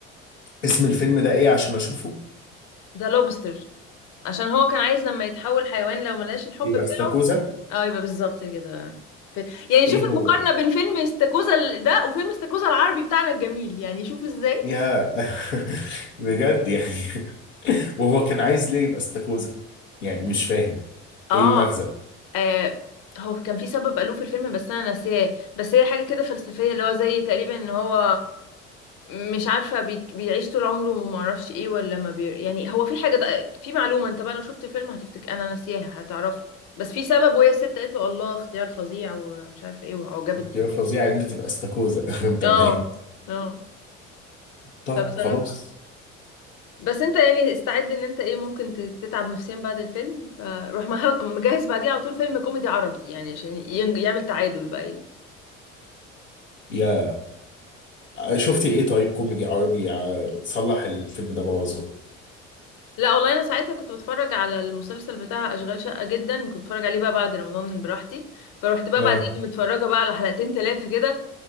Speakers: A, on the left; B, on the left.
A: اسم الفيلم ده ايه عشان اشوفه
B: ذا لوبستر عشان هو كان عايز لما يتحول حيوان لو ملاش الحب
A: يبقى
B: بتاعه
A: استاكوزا
B: اه يبقى بالظبط كده ف... يعني
A: ايه
B: شوف
A: هو
B: المقارنة بين فيلم استاكوزا ال- ده وفيلم استاكوزا العربي بتاعنا الجميل يعني شوف ازاي
A: يا <laughs> بجد يعني <laughs> وهو كان عايز ليه يبقى استاكوزا يعني مش فاهم
B: اه
A: ايه المغزى
B: آه هو كان في سبب قالوه في الفيلم بس انا ناسياه بس هي حاجه كده فلسفيه اللي هو زي تقريبا ان هو مش عارفه بي بيعيش طول عمره وما اعرفش ايه ولا ما بي يعني هو في حاجه ده في معلومه انت بقى لو شفت الفيلم هتفتكر انا ناسياها هتعرفها بس في سبب وهي الست قالت له الله اختيار فظيع ومش عارفه ايه وعجبت
A: اختيار
B: بيه
A: فظيع ان انت تبقى استاكوزا <laughs> تمام
B: اه اه
A: طيب
B: فبصراحه
A: خلاص
B: بس انت يعني استعد ان انت ايه ممكن ت- تتعب نفسيا بعد الفيلم فروح مه- مجهز بعديها على طول فيلم كوميدي عربي يعني عشان ين- يعمل تعادل بقى
A: يا شفتي ايه طيب كوميدي عربي ع- صلح اللي الفيلم ده بوظه
B: لا والله انا ساعتها كنت بتفرج على المسلسل بتاع اشغال شقه جدا كنت بتفرج عليه بقى بعد رمضان براحتي فروحت بقى
A: اه
B: بعدين متفرجه بقى على حلقتين ثلاثه كده